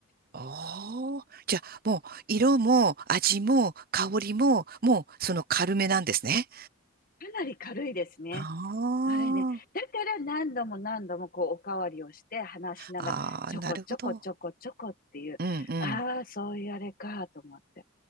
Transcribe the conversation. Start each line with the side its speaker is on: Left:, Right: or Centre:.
Right: ああ。じゃあ、もう、色も味も香りも、もう、その軽めなんですね。
Left: なり軽いですね。
Right: ああ。
Left: あれね。だから何度も何度もこうおかわりをして話しながら、
Right: ああ、
Left: ちょこちょこちょこちょこっていう、
Right: なるほど。うんうん。
Left: ああ、そういうあれかと思って。